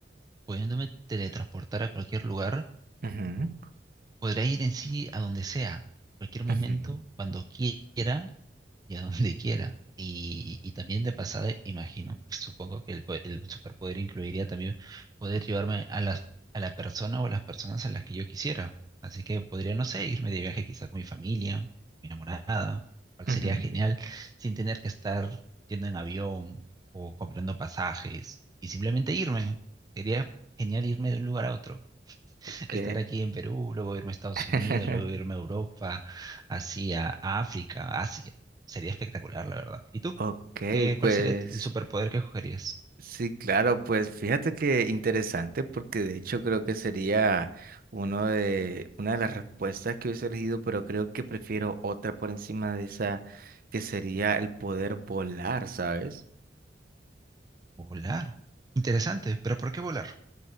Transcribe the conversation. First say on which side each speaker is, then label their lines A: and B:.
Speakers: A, on the right; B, on the right.
A: pudiéndome teletransportar a cualquier lugar,
B: ujú,
A: Podrá ir en sí a donde sea, cualquier momento,
B: ujú,
A: cuando quiera y a donde <laughs> quiera. Y, y también de pasada, imagino, <laughs> supongo que el, po- el superpoder incluiría también poder llevarme a las, a la persona o a las personas a las que yo quisiera. Así que podría, no sé, irme de viaje quizá con mi familia, mi enamorada, cual
B: ujú,
A: sería genial, sin tener que estar yendo en avión o comprando pasajes y simplemente irme. Sería genial irme de un lugar a otro
B: Ok.
A: estar aquí en Perú, luego irme a Estados
B: <laughs>
A: Unidos, luego irme a Europa, hacia África, Asia. Sería espectacular, la verdad. ¿Y tú?
B: Ok,
A: ¿Qué, cuál
B: pues
A: sería el superpoder que escogerías?
B: sí, claro, pues fíjate que interesante porque de hecho creo que sería uno de, una de las respuestas que hubiese elegido, pero creo que prefiero otra por encima de esa que sería el poder volar, ¿sabes?
A: Volar. Interesante, pero ¿por qué volar?